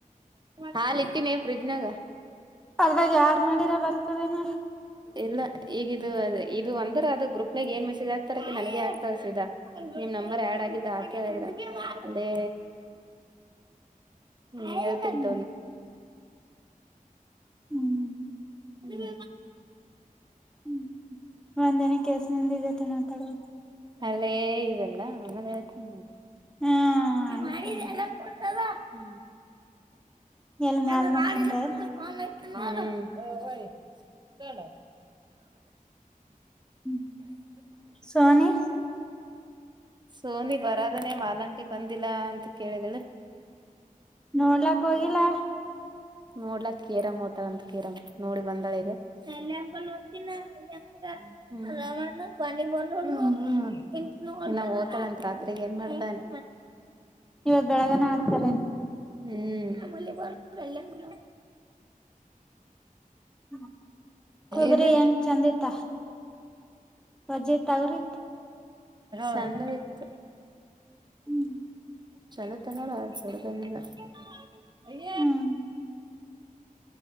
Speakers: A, on the right; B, in the centre.
A: ಹಾ ಇಟ್ಟೀನಿ. ಫ್ರಿಜ್ ನಾಗ
B: ಅದವಾಗ ಆಾಡ್ ಮಾಡಿರ ಬರ್ತದೇನ.
A: ಇಲ್ಲ ಈಗಿದದು ಇದು ಒಂದ ಅದು ಗ್ರೂಪ್ನಾಗ ಏನ್ ಮೆಸೇಜ್ ಆಗ್ತಾರಕ ನನಗೆ ಆಗ್ತ ಸೀದಾ ನಿಮ್ ನಂಬರ್ ಆ್ಯಡ್ ಆಗಿದ್ದ ಆ. ಅದೇ ಹ್ಮ ಹೇಳ್ತಂತ
B: ಹ್ಮ್ ಹ್ಮ್.
A: ಹ್ಮ್.
B: ಹ್ಮ್ ಒಂದನ ಕೆಲ್ಸ ನಿಂದ ಇತೆ ಮಾತಾಡ್ಬೇಕು.
A: ಅಲ್ಲೇ ಇವೆಲ್ಲ ಆಮೇಲೆತಗೆ.
B: ಹಾ
A: ಹ್ಮ್
B: ಆಯ್ತಾಯಯ್ತು
A: ಮಾಡಿದ್ರಲ್ಲ. ಹ್ಮ.
B: ಎಲ್ ಮ್ಯಾಲ
A: ಅ್ರೆ
B: ಮಕ್ಕೊಂಡ್ರ
A: ಮಾಡಂದ್ರ
B: ಎನ್
A: ಫೋನ್ ಆ. ಹ ವಯ್ ಕಟ.
B: ್ಮ ಸೋನಿ.
A: ಸೋನಿ ಬರದನೇ ಮಾಲಂಟಿ ಬಂದಿಲ್ಲಾ ಅಂತ. ಕೇಳಿದಿಲ್ಲ.
B: ನೋಡ್ಲಕ್ ಹೋಗಿಲ್ಲ.
A: ನೋಡ್ಲಾಕ್ಕೇರ ಮೋಟಾರಂತ. ಕಿರ್ ನೋಡಿ ಬಂದಾಳೆ ಈಗ ಅಲ್ಲಿ ಹಪಲ್ಲ ನು ಅಲ್ಲಿ ಹ
B: ಹ್ಮ್
A: <unintelligible> <unintelligible> ಇನ್ನ ಓ್ತಾಳಂತ ರಾತ್ರಿ ಏನ್ ಮಾಡ್ತಾನ
B: ಇವಾಗ ಬೆಳಗನ ಆಡ್ತಾರೆೇ
A: ಹ್ಮ್ ವಲ್ಲ ಗುರು
B: ಕಗ್ರಿ <unintelligible> ಕುದುರಿ
A: ಇದು
B: ಹೆಂಗ ಚಂದಿತ ಮಜೆ ತವಾರೆ
A: ಸಣ್ಣದಿತ್ತು
B: ಹ್ಮ್
A: ಚೆನ್ನ ತ ನೋ ಆಸ ಚ
B: ಹ್ಮ್